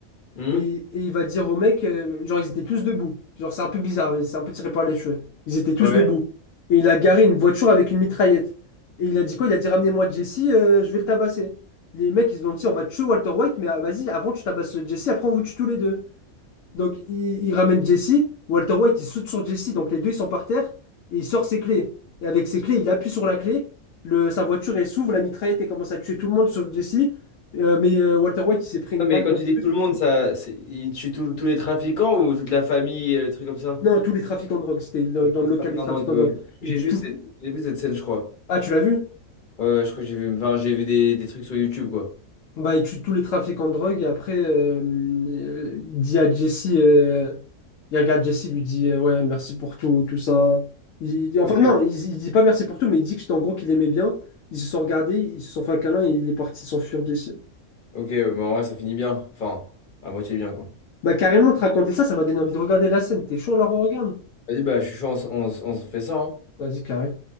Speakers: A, on the left; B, on the left.
A: Hmm,
B: Et, et il va dire au mec, euh, genre ils étaient tous debout. Genre c'est un peu bizarre, mais c'est un peu tiré par les cheveux. Ils étaient tous
A: Ouais.
B: debout. Et il a garé une voiture avec une mitraillette. Et il a dit quoi? Il a dit ramenez-moi Jesse, euh, je vais le tabasser. Les mecs ils ont dit on va tuer Walter White, mais ah, vas-y, avant tu tabasses Jesse, après on vous tue tous les deux. Donc il, il ramène Jesse, Walter White il saute sur Jesse, donc les deux ils sont par terre, et il sort ses clés. Et avec ses clés, il appuie sur la clé, le, sa voiture elle s'ouvre, la mitraillette elle commence à tuer tout le monde sauf Jesse. Euh, mais euh, Walter White il s'est pris une
A: Ah, mais
B: balle
A: quand
B: dans
A: tu
B: le
A: dis
B: truc.
A: tout le monde, ça, c'est- il tue tout- tous les trafiquants ou toute la famille, euh, des trucs comme ça?
B: Non, tous les trafiquants de drogue. C'était le- dans
A: Les
B: le local
A: trafiquants
B: des trafiquants
A: de drogue, ouais.
B: de drogue. Ils
A: J'ai
B: tuent
A: vu
B: tout.
A: cette, j'ai vu cette scène, je crois.
B: Ah, tu l'as vu?
A: Ouais, ouais, je crois que j'ai vu, enfin, j'ai vu des, des trucs sur YouTube, quoi.
B: Bah, ils tuent tous les trafiquants de drogue et après, euh, euh, il dit à Jesse, euh, il regarde Jesse, il lui dit, euh, ouais, merci pour tout, tout ça. Il, il-
A: Ok.
B: enfin, non, il, il dit pas merci pour tout, mais il dit que, en gros qu'il aimait bien. Ils se sont regardés, ils se sont fait un câlin et il est parti s'enfuir d'ici.
A: Ok, bah en vrai, ça finit bien. Enfin, à moitié bien, quoi.
B: Bah, carrément, te raconter ça, ça m'a donné envie de regarder la scène. T'es chaud, là, on regarde?
A: Vas-y, bah, je suis chaud, on, s- on s- on se fait ça, hein.
B: Vas-y, carré.